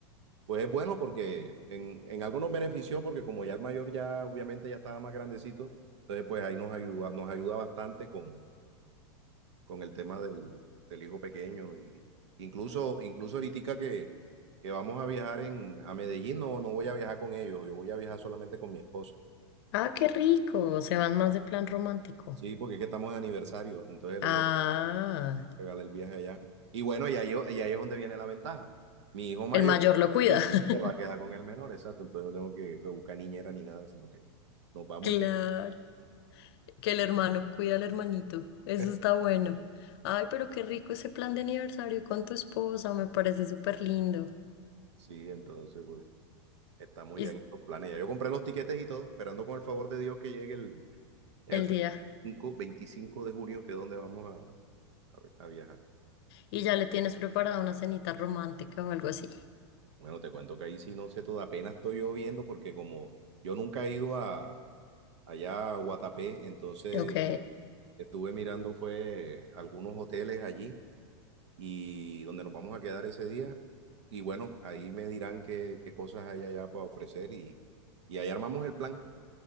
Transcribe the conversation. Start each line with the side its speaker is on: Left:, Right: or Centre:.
Right: pues es bueno porque en, en algo nos benefició porque como ya el mayor ya obviamente ya estaba más grandecito, entonces pues ahí nos ayuda, nos ayuda bastante con, con el tema del, del hijo pequeño y incluso, incluso ahorita que, que vamos a viajar en, a Medellín, no, no voy a viajar con ellos, yo voy a viajar solamente con mi esposo.
Left: Ah, qué rico. Se van más de plan romántico.
Right: Sí, porque es que estamos de aniversario, entonces
Left: Ah,
Right: le voy regalar el viaje allá. Y bueno, y ahí, y ahí es donde viene la ventaja. Mi hijo mayor
Left: el mayor lo cuida.
Right: eh,
Left: <laughs>
Right: se va a quedar con el menor, exacto. Entonces no tengo que, que buscar niñera ni nada, sino que nos vamos
Left: Claro.
Right: y que.
Left: Que el hermano cuida al hermanito. Eso
Right: <laughs>
Left: está bueno. Ay, pero qué rico ese plan de aniversario con tu esposa. Me parece súper lindo.
Right: Sí, entonces, pues, estamos
Left: Y
Right: ya
Left: s-
Right: en estos planes. Ya yo compré los tiquetes y todo, esperando con el favor de Dios que llegue el, el
Left: el
Right: 25
Left: día.
Right: 25 de junio, que es donde vamos a, a vi- a viajar.
Left: Y ya le tienes preparada una cenita romántica o algo así.
Right: Bueno, te cuento que ahí sí no sé todo, apenas estoy yo viendo, porque como yo nunca he ido a, allá a Guatapé, entonces
Left: Ok.
Right: estuve mirando, fue algunos hoteles allí y donde nos vamos a quedar ese día. Y bueno, ahí me dirán qué, qué cosas hay allá para ofrecer y, y ahí armamos el plan.